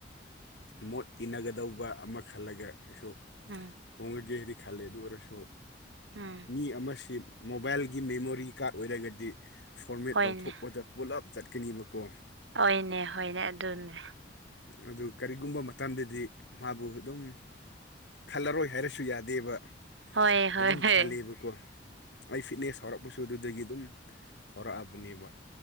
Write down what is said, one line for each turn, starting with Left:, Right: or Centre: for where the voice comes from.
Left: ꯃꯣꯠ ꯇꯤꯟꯅꯒꯗꯧꯕ ꯑꯃ ꯈꯜꯂꯒꯁꯨ
Right: ꯎꯝ
Left: ꯍꯣꯡꯉꯒꯦ ꯍꯥꯏꯗꯤ ꯈꯜꯂꯦ ꯑꯗꯨ ꯑꯣꯏꯔꯁꯨ
Right: ꯎꯝ
Left: ꯃꯤ ꯑꯃꯁꯤ ꯃꯣꯕꯥꯏꯜꯒꯤ ꯃꯦꯃꯣꯔꯤ ꯀꯥꯔꯗ ꯑꯣꯏꯔꯒꯗꯤ ꯐꯣꯔꯃꯦꯠ
Right: ꯍꯣꯏꯅꯦ
Left: ꯇꯧꯊꯣꯛꯄꯗ ꯄꯨꯜꯂꯞ ꯆꯠꯀꯅꯤꯕꯀꯣ
Right: ꯑꯣꯏꯅꯦ ꯍꯣꯏꯅꯦ ꯑꯗꯨꯅꯦ꯫
Left: ꯑꯗꯨ ꯀꯔꯤꯒꯨꯝꯕ ꯃꯇꯝꯗꯗꯤ ꯃꯥꯕꯨ ꯑꯗꯨꯝ ꯈꯜꯂꯔꯣꯏ ꯍꯥꯏꯔꯁꯨ ꯌꯥꯗꯦꯕ꯫
Right: ꯍꯣꯏꯑ
Left: ꯑꯗꯨꯝ
Right: ꯍꯣꯏ ꯍ꯫
Left: <unintelligible> ꯑꯩ ꯐꯤꯠꯅꯦꯁ ꯍꯧꯔꯛꯄꯁꯨ ꯑꯗꯨꯗꯒꯤ ꯑꯗꯨꯝ ꯍꯧꯔꯛꯑꯕꯅꯦꯕ꯫